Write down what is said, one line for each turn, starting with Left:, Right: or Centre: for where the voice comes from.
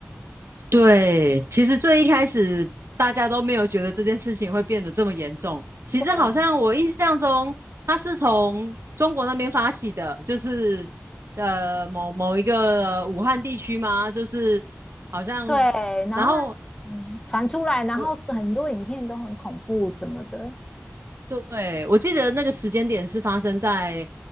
Right: 对，其实最一开始大家都没有觉得这件事情会变得这么严重。其实好像我印象中，
Left: 对，
Right: 它是从中国那边发起的，就是呃某某一个武汉地区嘛，就是好像，
Left: 对，然后那嗯传出来，
Right: 然后
Left: 然后很多影片都很恐怖什么的。
Right: 我对，我记得那个时间点是发生在